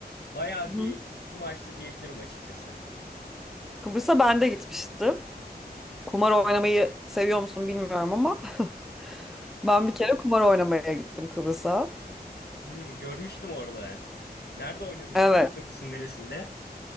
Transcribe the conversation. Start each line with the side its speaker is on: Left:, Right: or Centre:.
Left: bayağı
Centre: hı.
Left: bir
Centre: hı.
Left: ufkumu açtı diyebilirim açıkçası.
Centre: Kıbrıs'a ben de gitmiştim. Kumar oynamayı seviyor musun bilmiyorum ama <laughs> ben bir kere kumar oynamaya gittim Kıbrıs'a.
Left: Hmm, görmüştüm orada. Nerede oynamıştın?
Centre: Evet.
Left: Kıbrıs'ın neresinde?